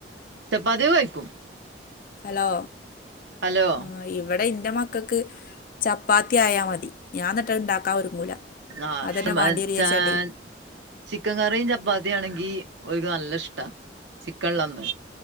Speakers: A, on the right (about 70°); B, on the left (about 45°).
A: ചപ്പാത്തി കഴിക്കും
B: ഹലോ
A: ഹലോ
B: ആ ഇവിടെ ഇന്റെ മക്കൾക്ക് ചപ്പാത്തി ആയാ മതി ഞാൻ എന്നിട്ട് അത് ഇണ്ടാക്കാൻ ഒരുങ്ങൂല
A: ആഹ്,
B: അതന്നെ
A: മച്ച
B: വാണ്ടിവരും വിചാരിച്ചാണ്ടേ
A: <unintelligible> ചിക്കൻ കറിയും ചപ്പാത്തി ആണെങ്കി ഓല്ക് നല്ല ഇഷ്ടാ ചിക്കൻള്ളന്ന്